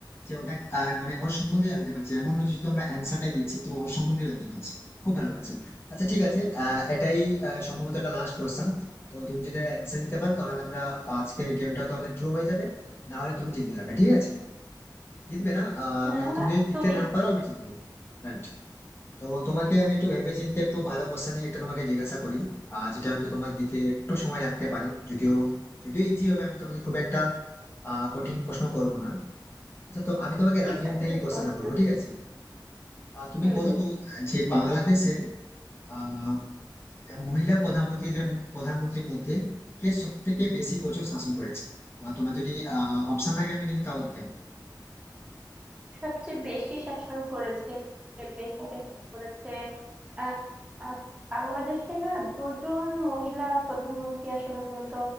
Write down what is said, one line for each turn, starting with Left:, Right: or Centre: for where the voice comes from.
Left: যে ওটা আহ, মানে ওর সম্বন্ধে জানতে পারছি এমন নয় যে শুধু আমরা অ্যান্সারটাই দিচ্ছি তো ওর সম্বন্ধে জানতে পারছি খুব ভালো লাগছে আচ্ছা ঠিক আছে আহ, এটাই আহ, সম্ভবত একটা লাস্ট কোশ্চেন তো তুমি যদি অ্যান্সার দিতে পারো তাহলে আমরা আজকের গেমটা তো আমাদের ড্র হয়ে যাবে না হলে তুমি জিতে যাবে ঠিক আছে জিতবে না আহ
Right: না হলে
Left: তুমি যদি দিতে
Right: তুমি
Left: না
Right: দিতে
Left: পারো আমি জিতবো রাইট তো তোমাকে
Right: হ্যাঁ হ্যাঁ
Left: আমি একটু ভেবেচিন্তে একটু ভালো কোশ্চেন নিয়ে একটা তোমাকে জিজ্ঞাসা করি আহ যেটা হয়তো তোমার দিতে একটু সময় লাগতে পারে যদিও যদিও ইজি হবে আমি তোমাকে খুব একটা আহ কঠিন প্রশ্ন করব না আচ্ছা তো আমি তোমাকে
Right: ঠিক
Left: রাজনীতি
Right: আছে
Left: থেকে
Right: তুমি
Left: কোশ্চেনটা
Right: কোশ্চেন
Left: করবো ঠিক আছে আর তুমি
Right: হুম
Left: বলো তো যে বাংলাদেশের আহ মহিলা প্রধানমন্ত্রীদের প্রধানমন্ত্রীর মধ্যে কে সব থেকে বেশি বছর শাসন করেছে আহ, তোমার যদি আহ অপশন লাগে আমি কিন্তু তাও দিতে পারি
Right: সবচেয়ে বেশি শাসন করেছে সবচেয়ে বেশি শাসন করেছে আহ আহ, বাংলাদেশে না দুজন মহিলা প্রধানমন্ত্রী আসলে মূলত